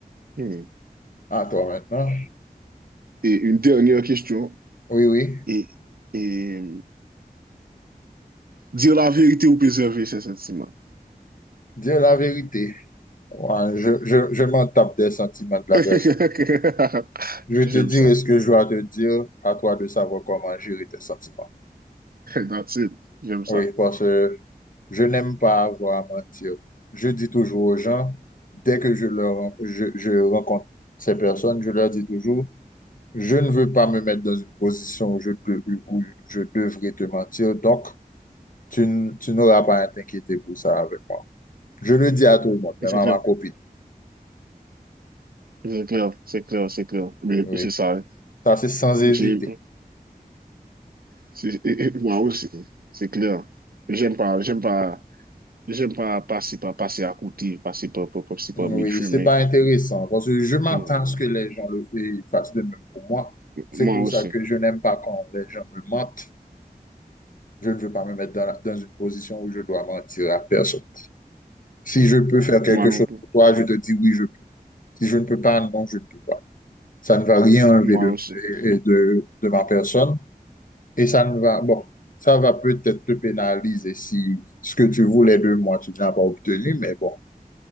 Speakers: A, on the right; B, on the left.
A: Hmm.
B: À toi maintenant.
A: Et une dernière question.
B: Oui, oui,
A: et, et dire la vérité ou préserver ses sentiments.
B: dire la vérité. Ouais, je, je, je m'en tape des sentiments de la
A: <laughs>
B: personne. Je te
A: j'aime
B: dirai
A: ça.
B: ce que je dois te dire, à toi de savoir comment gérer tes sentiments.
A: That's J'aime ça.
B: Oui, parce que je n'aime pas avoir à mentir. Je dis toujours aux gens, dès que je, leur, je, je rencontre ces personnes, je leur dis toujours, Je ne veux pas me mettre dans une position où je, peux- où je devrais te mentir, donc tu, n- tu n'auras pas à t'inquiéter pour ça avec moi. Je le dis à tout le monde, même
A: C'est
B: à
A: clair.
B: ma copine.
A: C'est clair. C'est clair. C'est clair. Mais
B: Oui,
A: c'est ça. hein.
B: ça c'est sans hésiter.
A: J'ai- c'est- Moi aussi. C'est clair. J'aime pas. J'aime pas. J'aime pas passer, par- passer à côté, passer par, par, par, par
B: Oui,
A: mille chemins.
B: c'est pas intéressant parce que je m'attends
A: Mm.
B: à ce que les gens le fait- fassent de même pour moi. C'est
A: Moi
B: pour
A: aussi.
B: ça que je n'aime pas quand les gens me mentent. Je ne veux pas me mettre dans, la- dans une position où je dois mentir à personne. Si je peux faire quelque
A: Moi non
B: chose
A: plus.
B: pour toi, je te dis oui, je peux. Si je ne peux pas, non, je ne peux pas. Ça ne va rien enlever
A: Moi
B: de,
A: aussi.
B: et- de, de ma personne. Et ça ne va, bon, ça va peut-être te pénaliser si ce que tu voulais de moi, tu ne l'as pas obtenu, mais bon,